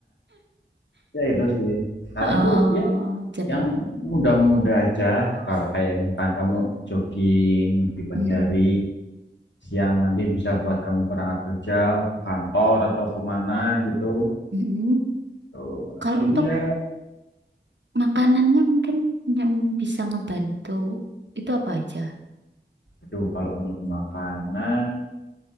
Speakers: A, on the left (about 80°); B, on the right (about 75°).
A: ya itu sih saranku
B: Oh,
A: ya
B: jalan.
A: Yang mudah-mudah aja, kalau kayak misalkan kamu jogging di pagi
B: Mm-mm.
A: hari, siang nanti bisa buat kamu berangkat kerja, ke kantor atau kemana gitu.
B: Mm-mm.
A: Tuh, habis
B: Kalau
A: itu
B: untuk
A: ya,
B: Makanannya mungkin yang bisa ngebantu itu apa aja?
A: aduh kalau untuk makanan,